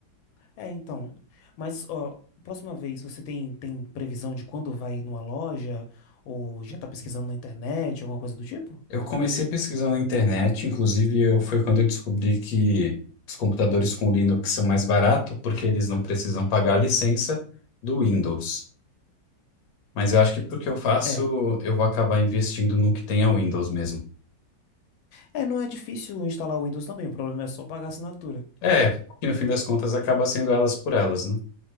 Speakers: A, on the left; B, on the left.
A: É, então. Mas, ó, próxima vez você tem, tem previsão de quando vai numa loja? Ou já tá pesquisando na internet, alguma coisa do tipo?
B: Eu comecei pesquisando na internet, inclusive eu, foi quando eu descobri que os computadores com Linux são mais baratos, porque eles não precisam pagar a licença do Windows. Mas eu acho que pro que eu faço,
A: É.
B: eu vou acabar investindo no que tem a Windows mesmo.
A: É, não é difícil instalar o Windows também, o problema é só pagar a assinatura.
B: É, porque no fim das contas acaba sendo elas por elas, né?